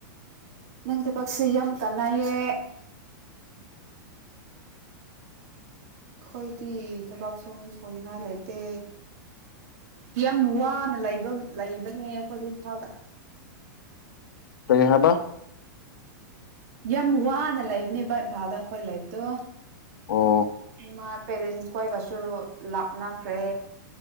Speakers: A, on the right; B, on the left.
A: ꯅꯪꯒꯤ ꯊꯕꯛꯁꯤ ꯌꯥꯝ ꯀꯥꯟꯅꯩꯌꯦ ꯈꯣꯏꯗꯤ ꯊꯕꯛꯁꯨ ꯁꯨꯅꯤꯡꯉꯥꯏ ꯂꯩꯇꯦ ꯌꯥꯝ ꯋꯥꯅ ꯂꯩꯕ ꯂꯩꯕꯅꯦ ꯑꯩꯈꯣꯏꯗꯤ ꯏꯝꯐꯥꯜꯗ꯫
B: ꯀꯔꯤ ꯍꯥꯏꯕꯥ꯫
A: ꯌꯥꯝ ꯋꯥꯅ ꯂꯩꯕꯅꯦꯕ ꯏꯝꯐꯥꯜꯗ ꯑꯩꯈꯣꯏ ꯂꯩꯕꯗꯣ
B: ꯑꯣ
A: ꯃꯥ ꯄꯦꯔꯦꯟꯁꯈꯣꯏꯒꯁꯨ ꯂꯥꯞꯅꯈ꯭ꯔꯦ